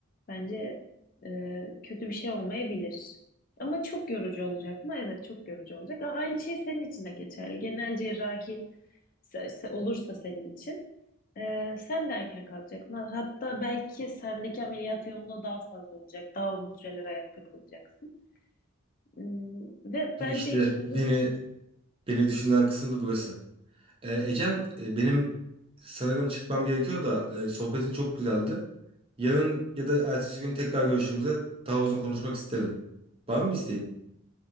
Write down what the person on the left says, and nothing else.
bence e, kötü bir şey olmayabilir. Ama çok yorucu olacak mı? Evet, çok yorucu olacak. A- Aynı şey senin için de geçerli. Genel cerrahi se- se- olursa senin için. e, sen de erken kalkacaksın. Hatta belki sendeki ameliyat yoğunluğu daha fazla olacak. Daha uzun süreler ayakta kalacaksın. Hmm, Ve bence
ikimizin
de